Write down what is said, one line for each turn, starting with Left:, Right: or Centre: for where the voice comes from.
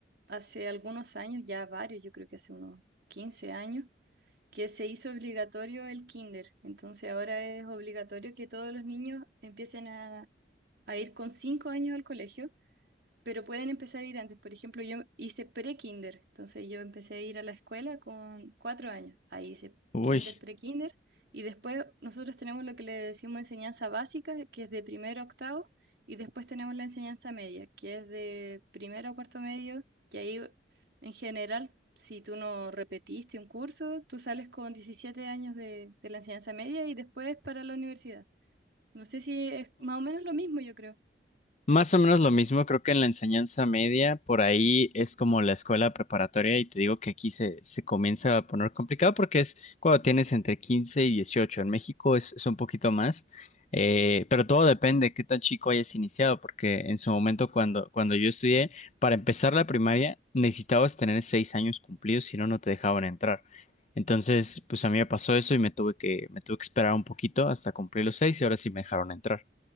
Right: hace algunos años, ya varios, yo creo que hace unos 15 años, que se hizo obligatorio el kinder. Entonces ahora es obligatorio que todos los niños empiecen a, a ir con 5 años al colegio. pero pueden empezar a ir antes. Por ejemplo, yo hice pre-kinder, entonces yo empecé a ir a la escuela con cuatro años. Ahí hice
Left: Uy.
Right: kinder, pre-kinder, y después nosotros tenemos lo que le decimos enseñanza básica, que es de primero a octavo, y después tenemos la enseñanza media, que es de primero a cuarto medio, que ahí en general, si tú no repetiste un curso, tú sales con 17 años de, de la enseñanza media y después para la universidad. No sé si es más o menos lo mismo, yo creo.
Left: Más o menos lo mismo, creo que en la enseñanza media, por ahí es como la escuela preparatoria y te digo que aquí se, se comienza a poner complicado porque es cuando tienes entre 15 y 18, en México es, es un poquito más, eh, pero todo depende de qué tan chico hayas iniciado, porque en su momento cuando, cuando yo estudié, para empezar la primaria necesitabas tener seis años cumplidos, si no, no te dejaban entrar. Entonces, pues a mí me pasó eso y me tuve que, me tuve que esperar un poquito hasta cumplir los seis y ahora sí me dejaron entrar